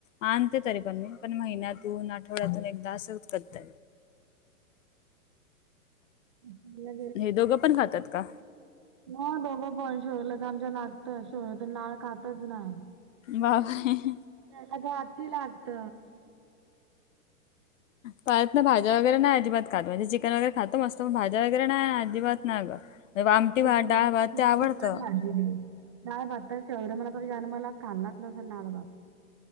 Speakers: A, on the left; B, on the right.
A: आणते तरी पण मी पण महिन्या दोन आठवड्यातून एकदात करत
B: मला
A: हे दोघं पण खातात का?
B: ना दोघं पण शोरला तर आमच्या लागत शोर तर लाळ खातच नाही
A: बाई! !
B: त्याला गाठी लागत
A: पाळत ना भाज वगैरे नाही अजिबात म्हणजे चिकन वगैरे खातो मस्त पण भाज्या वगैरे नाही ना अजिबात ना ग आमटी
B: त्याला
A: भात
B: टिफिनला
A: डाळ भात
B: त कुठली
A: ते आवडतं
B: पण भाजी नाही डाळ भात शौर्य मला <inaudible> डाळ भात